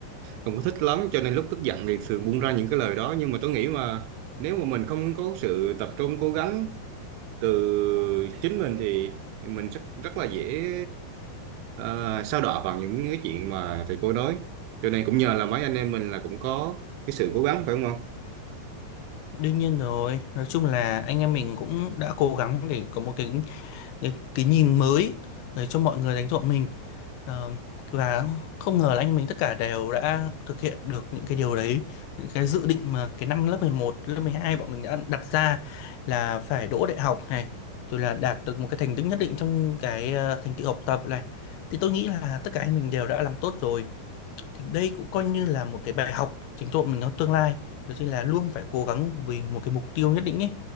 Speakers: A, on the right; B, on the left.
A: không có thích lắm cho nên lúc tức giận thì thường buông ra những cái lời đó nhưng mà tôi nghĩ mà nếu mà mình không có sự tập trung cố gắng từ chính mình thì mình rất rất là dễ ờ, sa đọa vào những cái chuyện mà thầy cô nói cho nên cũng nhờ là mấy anh em mình là cũng có cái sự cố gắng phải không ông
B: Đương nhiên rồi, nói chung là anh em mình cũng đã cố gắng để có một cái cái, cái nhìn mới để cho mọi người đánh giá mình Ờ, và không ngờ là anh em mình tất cả đều đã thực hiện được những cái điều đấy, những cái dự định mà cái năm lớp mười một lớp 12 bọn mình đã đặt ra là phải đỗ đại học này, rồi là đạt được một cái thành tích nhất định trong cái ờ, thành tựu học tập này. Thì tôi nghĩ là tất cả anh mình đều đã làm tốt rồi. Thì đây cũng coi như là một cái bài học chính tộ mình trong tương lai đó chính là luôn phải cố gắng vì một cái mục tiêu nhất định ấy